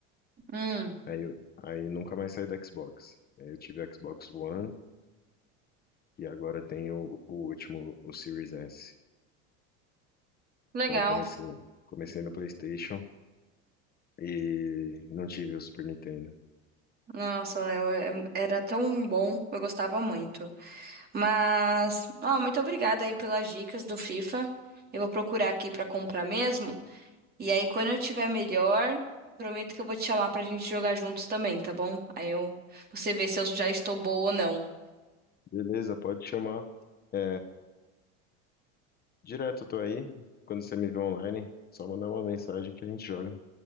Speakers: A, on the right; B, on the left.
A: Hum,
B: Aí, eu- aí nunca mais saí do Xbox. Aí eu tive Xbox One e agora tenho o último, o Series S.
A: legal.
B: Então eu comecei, comecei no PlayStation e não tive o Super Nintendo.
A: Nossa, Léo, é- era tão bom. Eu gostava muito. Mas, ó, muito obrigada aí pelas dicas do FIFA. Eu vou procurar aqui pra comprar mesmo. E aí, quando eu tiver melhor, prometo que eu vou te chamar pra gente jogar juntos também, tá bom? Aí eu, você vê se eu já estou boa ou não.
B: Beleza, pode chamar. É, Direto, tô aí. Quando você me vê online, só mandar uma mensagem que a gente joga.